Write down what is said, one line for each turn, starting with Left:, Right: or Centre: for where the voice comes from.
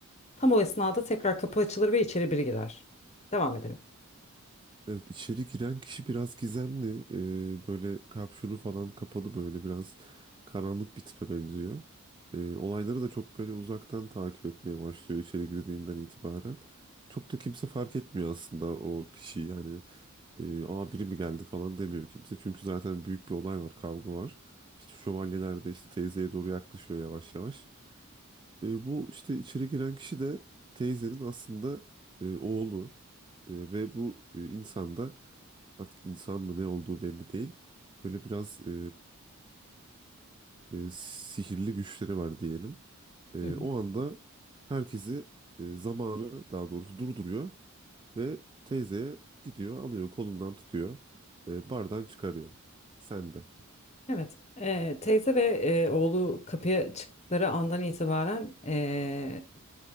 Left: tam o esnada tekrar kapı açılır ve içeri biri girer. Devam edelim.
Right: evet içeri giren kişi biraz gizemli. Ee, böyle kapşonu falan kapalı böyle biraz karanlık bir tipe benziyor. Ee, olayları da çok böyle uzaktan takip etmeye başlıyor içeri girdiğinden itibaren. Çok da kimse fark etmiyor aslında o kişiyi. Yani e, aa biri mi geldi falan demiyor kimse. Çünkü zaten büyük bir olay var, kavga var. İşte şövalyeler de işte teyzeye doğru yaklaşıyor yavaş yavaş. E, bu işte içeri giren kişi de teyzenin aslında e, oğlu E, ve bu e, insan da artık insan mı ne olduğu belli değil. Böyle biraz e, e, sihirli güçleri var diyelim. E,
Left: Hı hı.
Right: o anda herkesi e, zamanı daha doğrusu durduruyor ve teyzeye gidiyor alıyor kolundan tutuyor e, bardan çıkarıyor. Sen de.
Left: Evet, E, teyze ve e, oğlu kapıya çıktıkları andan itibaren e,